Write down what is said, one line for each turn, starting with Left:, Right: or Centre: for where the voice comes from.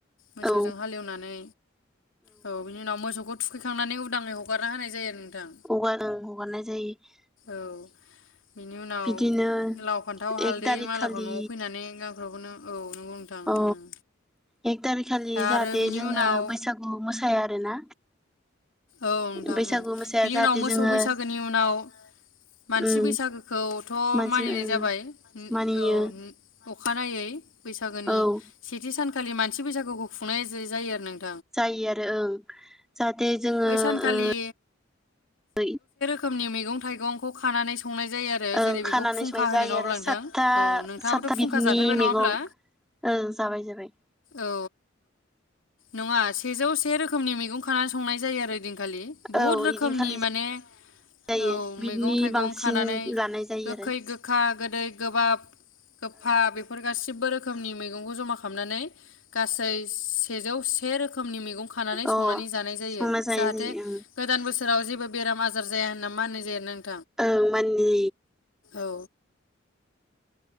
Left: मोसौजों
Centre: औ
Left: हालेवनानै औ बिनि उनाव मोसौखौ थुखैखांनानै उदाङै हगारना होनाय जायो नोंथां
Centre: हगार ओ हगारनाय जायो
Left: औ बिनि उनाव
Centre: बिदिनो
Left: लाव फान्थाव हालदै
Centre: एक थारिख
Left: मालाखौ
Centre: खालि
Left: न'आव फैनानै <unintelligible>
Centre: अ
Left: उम
Centre: एक थारिख खालि
Left: दा
Centre: जाहाथे
Left: आरो बिनि
Centre: जोङो
Left: उनाव
Centre: बैसागु मोसाया आरोना
Left: औ नोंथां
Centre: बैसागु
Left: उम
Centre: मोसाया
Left: बिनि
Centre: जाहाथे
Left: उनाव मोसौ
Centre: जोङो
Left: बैसागोनि उनाव मानसि
Centre: उम
Left: बैसागोखौथ
Centre: मानसि
Left: मानिनाय
Centre: उम
Left: जाबाय
Centre: मानियो
Left: औ अखानायै बैसागोनि
Centre: औ
Left: सानखालि मानसि बैसागुखौ खुंनाय ज जायो आरो नों
Centre: जायो आरो ओं जाहाथे जोङो
Left: बै सानखालि
Centre: ओ
Left: खोमनि मैगं थाइगंखौ खानानै संनाय जायो आरो
Centre: ओं
Left: जेरै
Centre: खानानै
Left: बेखौ फुंखा
Centre: संनाय जायो
Left: होनो नङा होमब्ला
Centre: आरो सादथा
Left: नोंथां औ नोंथाङाबोथ'
Centre: सादथा
Left: फुंखा
Centre: बिदनि
Left: जाफेरबाय नङा
Centre: मैगं
Left: होमब्ला
Centre: ओं जाबाय जाबाय
Left: औ नङा सेजौ से रोखोमनि मैगं खानानै संनाय जायो आरो दि आ खालि बहुद
Centre: औ
Left: रोखोमनि
Centre: इदिनखालि
Left: माने
Centre: जायो
Left: औ
Centre: बिदिनि
Left: मैगं थाइगं
Centre: बांसिन
Left: खानानै
Centre: लानाय जायो
Left: गोखै
Centre: आरो
Left: गोखा गोदै गोबाब गोफा बेफोर गासिबो रोख रोखोमनि मैगखौ जमा हामनानै गा गासै सेजौ से रोखोमनि मैगं खानानै
Centre: औ
Left: संनानै
Centre: अ
Left: जानाय जायो
Centre: संना जानाय
Left: जाहाथे
Centre: जायो ओं
Left: गोदान बोसोर बोसोराव जेबो बेराम आजार जाया होन्ना मानिनाय जायो आरो ना नों
Centre: ओं मानि
Left: औ